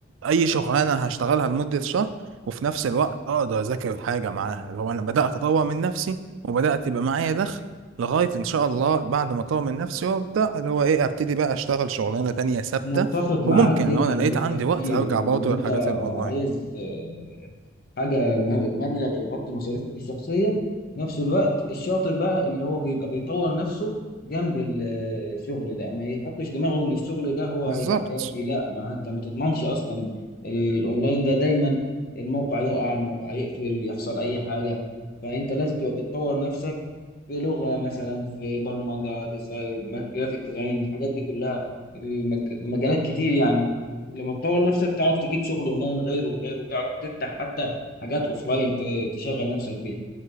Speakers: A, on the right; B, on the left.
A: اي شغلانه هشتغلها لمده شهر وفي نفس الوقت اقدر اذاكر حاجه معاها اللي هو انا بدات اطور من نفسي وبدات يبقى معايا دخل لغايه ان شاء الله بعد ما اطور من نفسي وابدا اللي هو ايه ابتدي بقى اشتغل شغلانه تانية ثابته
B: متفق معاك
A: وممكن
B: جدا
A: لو انا
B: في
A: لقيت
B: التفكير
A: عندي وقت ارجع
B: اللي
A: برضه
B: انت
A: للحاجات الاونلاين
B: عايز آه، حاجة م- مبلغ يغطي مصاريفك الشخصية في نفس الوقت الشاطر بقى اللي هو بيبقى بيطور نفسه جنب ال- آه، الشغل ده ما يحطش دماغه ان الشغل ده هو
A: بالظبط
B: هيبقى حياتي لا ما انت ما تضمنش اصلا الاونلاين ده دايما الموقع يقع الموقع يقفل يحصل اي حاجة فانت لازم تبقى بتطور نفسك في لغة مثلا في برمجة ديزاين جرافيك ديزاين الحاجات دي كلها المج- مجالات كتير يعني لما تطور نفسك تعرف تجيب شغل اونلاين غيره وغيره وتعرف تفتح حتى حاجات اوفلاين ت- تشغل نفسك بيها